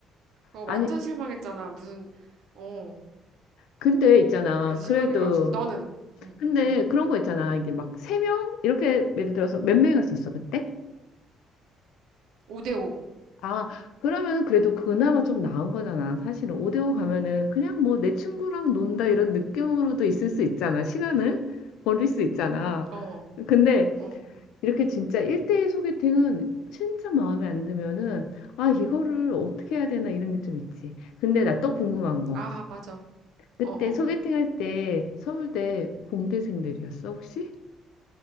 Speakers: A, on the right; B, on the left.
A: 어 완전
B: 아니,
A: 실망했잖아 무슨 어
B: 근데 있잖아.
A: 그래서
B: 그래도
A: 실망해가지고 너는 응,
B: 근데
A: 응.
B: 그런 거 있잖아. 이게 막 세 명 이렇게 예를 들어서 몇 명이었었어 그때?
A: 5대5.
B: 아, 그러면 그래도 그나마 좀 나은 거잖아. 사실은 5대5 가면은 그냥 뭐 내 친구랑 논다 이런 느낌으로도 있을 수 있잖아. 시간을 버릴 수 있잖아.
A: 어,
B: 근데
A: 어.
B: 이렇게 진짜 1대1 소개팅은 진짜 마음에 안 들면은 아, 이거를 어떻게 해야 되나 이런 게 좀 있지. 근데 나 또 궁금한 거.
A: 아, 맞아.
B: 그때
A: 어, 어.
B: 소개팅 할 때 서울대 공대생들이었어, 혹시?